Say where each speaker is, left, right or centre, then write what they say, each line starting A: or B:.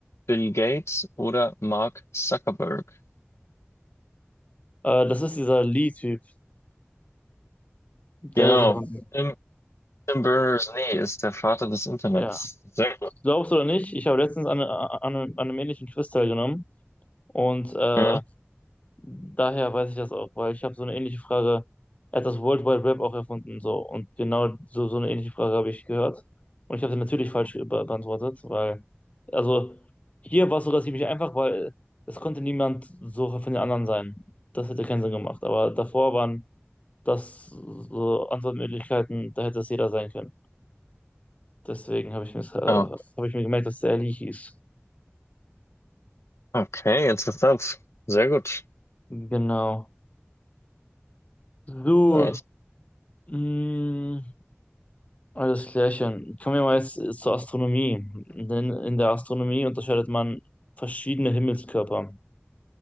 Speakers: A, on the left (about 80°); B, on the left (about 30°).
A: Bill Gates oder Mark Zuckerberg?
B: Äh, das ist dieser Lee-Typ, der
A: Genau.
B: das erfunden
A: Tim, Tim Berners-Lee ist der Vater des Internets.
B: Ja.
A: Sehr gut.
B: Glaubst du oder nicht? Ich habe letztens an, an, an einem ähnlichen Quiz teilgenommen und äh,
A: Mhm.
B: Daher weiß ich das auch, weil ich habe so eine ähnliche Frage. Er hat das World Wide Web auch erfunden, so. Und genau so, so eine ähnliche Frage habe ich gehört. Und ich habe sie natürlich falsch be- beantwortet, weil, also, hier war es sogar ziemlich einfach, weil es konnte niemand so von den anderen sein. Das hätte keinen Sinn gemacht. Aber davor waren das so Antwortmöglichkeiten, da hätte es jeder sein können. Deswegen habe ich mir, äh,
A: Ah,
B: habe ich mir gemerkt, dass der Leahy ist.
A: okay, interessant. Sehr gut.
B: Genau. So,
A: Nice.
B: mh. Alles klärchen. Kommen wir mal jetzt äh, zur Astronomie. Denn in der Astronomie unterscheidet man verschiedene Himmelskörper.